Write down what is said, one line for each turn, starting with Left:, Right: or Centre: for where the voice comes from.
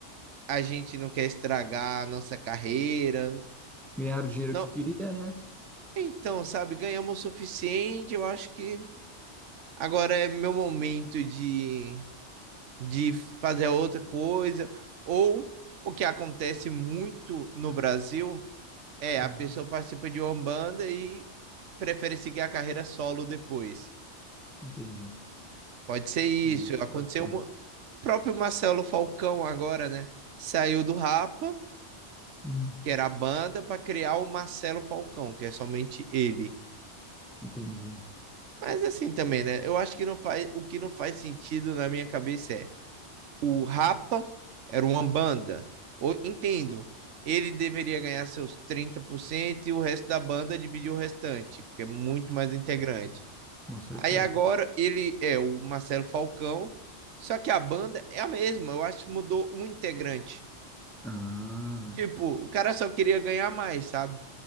Right: a gente não quer estragar a nossa carreira.
Centre: Ganharam o dinheiro
Right: Não,
Centre: que queria, né?
Right: então, sabe, ganhamos o suficiente, eu acho que agora é meu momento de de fazer outra coisa. Ou o que acontece muito no Brasil é
Centre: Hum,
Right: a pessoa participa de uma banda e prefere seguir a carreira solo depois.
Centre: entendi.
Right: Pode ser isso.
Centre: Hum,
Right: Aconteceu
Centre: pode ser.
Right: mu- o próprio Marcelo Falcão agora, né? Saiu do Rapa,
Centre: Hum,
Right: que era a banda, para criar o Marcelo Falcão, que é somente ele.
Centre: entendi.
Right: Mas assim também,
Centre: Hum,
Right: né? Eu acho que não faz, o que não faz sentido na minha cabeça é o Rapa era uma banda. entendo. Ele deveria ganhar seus 30% e o resto da banda dividir o restante, porque é muito mais integrante.
Centre: Com certeza.
Right: Aí agora ele é o Marcelo Falcão, só que a banda é a mesma. Eu acho que mudou um integrante.
Centre: Ah,
Right: Tipo, o cara só queria ganhar mais, sabe?